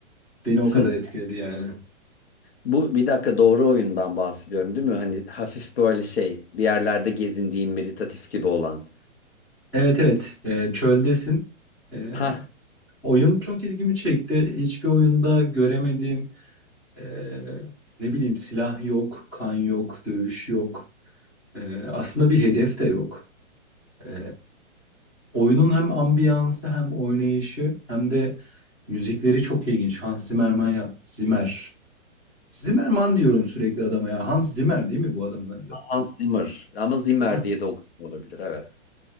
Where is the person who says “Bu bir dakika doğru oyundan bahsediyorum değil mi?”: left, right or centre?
Left